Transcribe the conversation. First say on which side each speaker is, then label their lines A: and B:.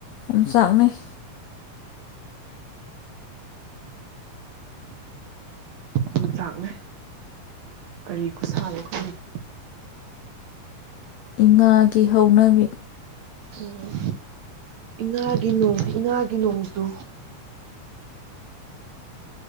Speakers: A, on the left; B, on the right.
A: ꯑꯣꯝꯆꯥꯛꯅꯩ
B: ꯑꯣꯝꯆꯥꯛꯅꯩ ꯀꯔꯤ ꯈꯨꯁꯥꯅꯣ ꯈꯪꯗꯦ
A: ꯏꯉꯥꯒꯤ ꯍꯧꯅꯕꯤ
B: ꯎꯝ ꯏꯉꯥꯒꯤ ꯅꯣꯡ ꯏꯉꯥꯒꯤ ꯅꯣꯡꯁꯨ